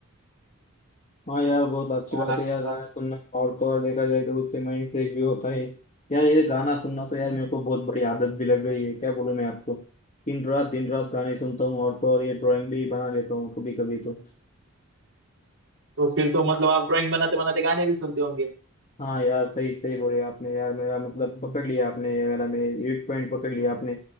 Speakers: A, on the left; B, on the right.
A: हाँ यार बहुत अच्छी
B: गाना
A: बात है
B: सुनना
A: यार गाना सुनना और तो और देखा जाए तो उससे माइंड फ्रेश भी होता है यार ये गाना सुनना तो यार मेरे को बहुत बड़ी आदत भी लग गई है क्या बोलूं मैं आपको दिन रात दिन रात गाने सुनता हूँ और तो और ये ड्राइंग भी बना लेता हूँ कभी कभी तो
B: तो फिर तो मतलब आप ड्राइंग बनाते बनाते गाने भी सुनते होंगे
A: हाँ यार सही सही बोले आपने यार मेरा मतलब पकड़ लिया आपने ये मेरा मेरे एक पॉइंट पकड़ लिया आपने